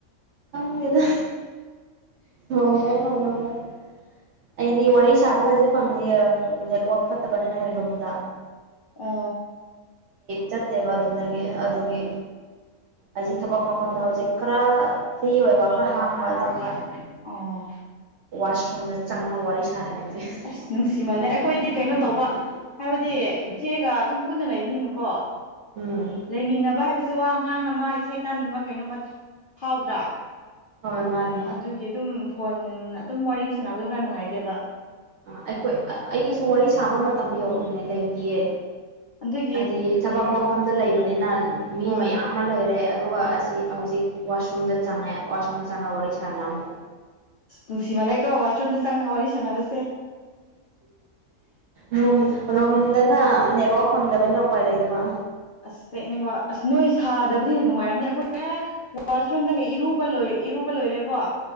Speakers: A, on the right; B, on the left.
A: ꯈꯪꯗꯦꯗ ꯉꯧꯕꯔ ꯉꯧꯗꯕꯔ ꯑꯩꯗꯤ ꯋꯥꯔꯤ ꯁꯥꯕꯈꯩꯁꯦ ꯐꯪꯗꯦ ꯅꯦꯠꯋꯥꯛ ꯐꯠꯇꯕꯅꯤꯅꯔꯣꯝꯗ
B: ꯑ
A: ꯆꯠꯇꯦꯕ ꯑꯗꯨꯗꯒꯤ ꯑꯗꯨꯒꯤ ꯑꯩ ꯊꯕꯛ ꯃꯐꯝꯗ ꯍꯧꯖꯤꯛ ꯈꯔ ꯐ꯭ꯔꯤ ꯑꯣꯏꯕ
B: ꯁꯤ ꯑꯣꯏꯔꯣ
A: ꯍꯥꯡꯕ
B: ꯈꯔ
A: ꯑꯗꯨꯒꯤ
B: ꯍꯣꯢ ꯑꯣ
A: ꯋꯥꯁꯔꯨꯝꯗ ꯆꯪꯉꯒ ꯋꯥꯔꯤ ꯁꯥꯔꯤꯅꯦ ꯍꯧꯖꯤꯛ
B: ꯑꯁ ꯅꯨꯡꯁꯤ ꯃꯥꯜꯂꯦ ꯑꯩꯈꯣꯏꯗꯤ ꯀꯩꯅꯣ ꯇꯧꯕ ꯍꯥꯏꯕꯗꯤ ꯏꯆꯦꯒ ꯑꯗꯨꯝ ꯄꯨꯟꯅ ꯂꯩꯕꯅꯤꯅꯀꯣ
A: ꯎꯝ
B: ꯂꯩꯃꯤꯟꯅꯕ ꯍꯥꯏꯕꯕꯁꯤ ꯁꯦ ꯋꯥ ꯉꯥꯡꯅ ꯃꯥ ꯏꯁꯩ ꯇꯥꯅꯤꯡꯕ ꯀꯩꯅꯣꯝꯃ ꯐꯥꯎꯗ꯭ꯔꯥ
A: ꯍꯣꯏ ꯃꯥꯅꯦ
B: ꯑꯗꯨꯒꯤ ꯑꯗꯨꯝ ꯐꯣꯟ ꯑꯗꯨꯝ ꯋꯥꯔꯤ ꯁꯥꯟꯅꯕꯗꯣ ꯈꯔ ꯅꯨꯡꯉꯥꯏꯇꯦꯕ
A: ꯑ ꯑꯩꯈꯣꯏ ꯑꯩꯒꯤꯁꯨ ꯋꯥꯔꯤ ꯁꯥꯕ ꯃꯇꯝ ꯌꯅꯤꯡ ꯂꯩꯇꯌꯦ
B: ꯑꯗꯨꯗ
A: ꯍꯥꯏꯗꯤ ꯊꯕꯛ ꯃꯐꯝꯗ ꯂꯩꯕꯅꯤꯅ ꯃꯤ
B: ꯍꯣꯏ
A: ꯃꯌꯥꯝ ꯑꯃ ꯂꯩꯔꯦ ꯑꯗꯨꯒ ꯑꯁꯤ ꯍꯧꯖꯤꯛ ꯋꯥꯁꯔꯨꯝꯗ ꯆꯉꯦ ꯋꯥꯁꯅ ꯆꯪꯉꯦ ꯋꯥꯔꯤ ꯁꯥꯟꯅ
B: ꯅꯨꯡꯁꯤꯃ ꯂꯩꯀꯣ ꯋꯥꯁꯔꯨꯝꯗ ꯆꯪꯉꯒ ꯋꯥꯔꯤ ꯁꯥꯟꯅꯕꯁꯦ
A: ꯔꯣꯝ ꯔꯣꯝꯗꯅ ꯅꯦꯠꯋꯥꯛ ꯐꯪꯗꯕꯅꯤꯅ ꯎꯄꯥꯏ ꯂꯩꯗꯕ
B: ꯑꯁ ꯁꯠꯅꯤꯡꯕ ꯑꯁ ꯅꯣꯏ ꯁꯥꯗꯕꯅꯤꯅ ꯅꯨꯡꯉꯥꯏꯔꯝꯅꯤ ꯑꯩꯈꯣꯏ ꯋꯥꯁꯔꯨꯝꯗꯒ ꯏꯔꯨꯕ ꯂꯣꯏꯔ ꯏꯔꯨꯕ ꯂꯣꯏꯔꯦꯀꯣ